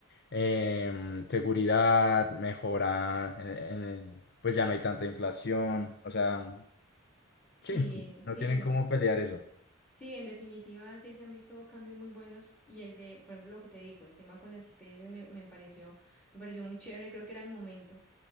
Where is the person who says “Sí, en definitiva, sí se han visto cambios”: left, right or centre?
Centre